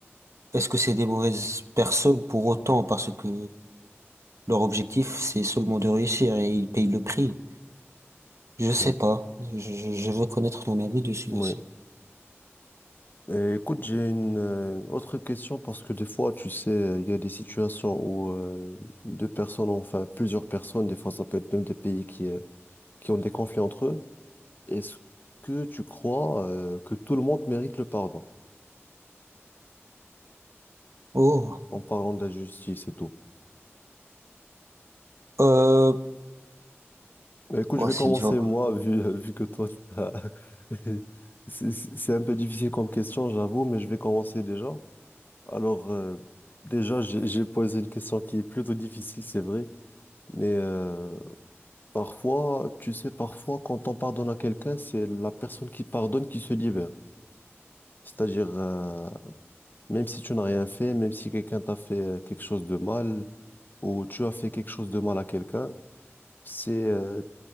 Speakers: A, on the right; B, on the left.
A: est-ce que c'est des mauvaises personnes pour autant parce que leur objectif c'est seulement de réussir et ils payent le prix. Je sais
B: Ouais,
A: pas. Je, je je veux connaître mon avis dessus
B: ouais.
A: aussi.
B: Et écoute, j'ai une euh, autre question parce que des fois, tu sais, euh, il y a des situations où euh, deux personnes, enfin plusieurs personnes, des fois ça peut être même des pays qui, euh, qui ont des conflits entre eux. Est-ce que tu crois euh, que tout le monde mérite le pardon
A: Oh,
B: en parlant de la justice et tout?
A: euh,
B: Bah, écoute,
A: ouais,
B: je vais
A: c'est
B: commencer
A: dur.
B: moi, vu, <laughs> vu que toi, t'as- <laughs> c'est c'est- c'est un peu difficile comme question, j'avoue, mais je vais commencer déjà. Alors, euh, déjà, j'ai j'ai posé une question qui est plutôt difficile, c'est vrai. Mais euh, Parfois, tu sais, parfois, quand on pardonne à quelqu'un, c'est la personne qui pardonne qui se libère. C'est-à-dire, euh, même si tu n'as rien fait, même si quelqu'un t'a fait euh, quelque chose de mal, ou tu as fait quelque chose de mal à quelqu'un, c'est, euh,